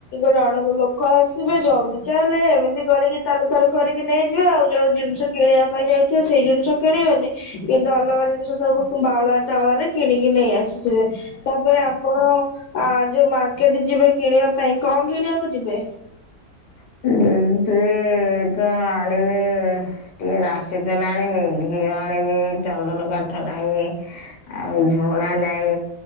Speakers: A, on the left; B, on the left.
A: ଜଣକୁ ଲୋକ ଆସିବେ ଜଲଦି ଚାଲେ ଏମିତି କରିକି ତାର ତାର କରି ନେଇଯିବା ଆଉ ଯଉଁ ଜିନିଷ କିଣିବା ପାଇଁ ଯାଇଥିବ ସେଇ ଜିନିଷ କିଣିବନି। କିନ୍ତୁ ଅଲଗା ଜିନିଷ ସବୁ ବାଉଳା ଚାଉଳରେ କିଣିକି ନେଇ ଆସିବ। ତାପରେ ଆପଣ ଯୋଉ ମାର୍କେଟ ଯିବେ କିଣିବା ପାଇଁ କଣ କିଣିବାକୁ ଯିବେ?
B: <unintelligible> ଟିକେ ରାଶି ତେଲ ଆଣିଲି ଘିଅ ଆଣିଲି ଚନ୍ଦନ କାଠଟା ଆଣିଲି। ଆଉ ଝୁଣା ନାଇଁ